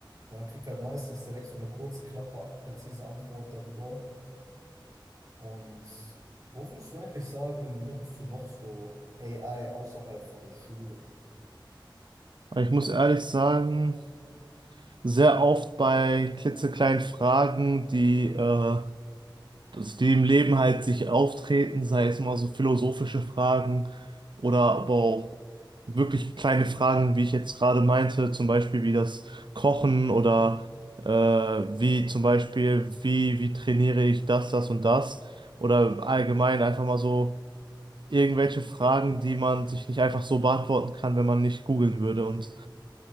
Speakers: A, on the right (about 40°); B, on the right (about 70°).
A: Sondern krieg halt meistens direkt so eine kurze, knappe, präzise Antwort darüber. Und wo würdest du eigentlich sagen, nutzt du noch so AI außerhalb von der Schule?
B: Aber ich muss ehrlich sagen, sehr oft bei klitzekleinen Fragen, die äh, dass die im Leben halt sich auftreten, sei es mal so philosophische Fragen oder aber auch
A: Mhm.
B: wirklich kleine Fragen, wie ich jetzt gerade meinte, zum Beispiel wie das Kochen oder äh, wie zum Beispiel, wie, wie trainiere ich das, das und das oder allgemein einfach mal so irgendwelche Fragen, die man sich nicht einfach so beantworten kann, wenn man nicht googeln würde und